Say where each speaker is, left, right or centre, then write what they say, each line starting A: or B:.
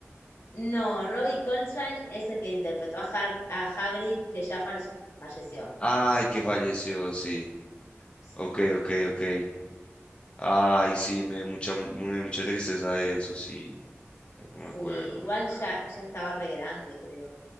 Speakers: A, on the left; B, on the left.
A: no, Robbie Coltrane es el que interpretó a, Har- a Hagrid, que ya fa- falleció.
B: Ay, que falleció, sí.
A: Sí,
B: Ok, ok, ok. Ay, sí, me dio mucha, muy, mucha tristeza eso, sí. Creo que me acuerdo.
A: sí, igual ya, ya estaba re grande, creo.